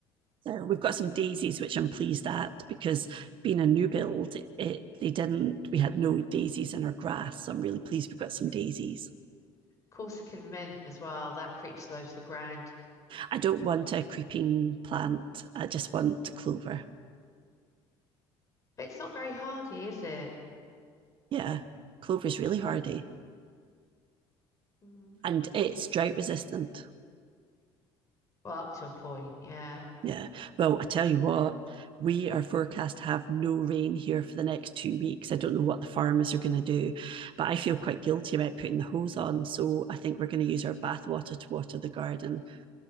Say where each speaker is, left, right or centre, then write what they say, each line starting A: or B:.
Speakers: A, on the right; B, on the left.
A: So we've got some daisies, which I'm pleased at because being a new build, it, it they didn't, we had no daisies in our grass. So I'm really pleased we've got some daisies.
B: Corsican mint as well. That creeps low to the ground.
A: I don't want a creeping plant. I just want clover.
B: But it's not very hardy, is it?
A: Yeah, clover is really hardy
B: Mm.
A: and it's drought resistant.
B: Well, up to a point. Yeah.
A: Yeah. Well, I tell you what, we are forecast to have no rain here for the next two weeks. I don't know what the farmers are going to do, but I feel quite guilty about putting the hose on. So I think we're going to use our bathwater to water the garden.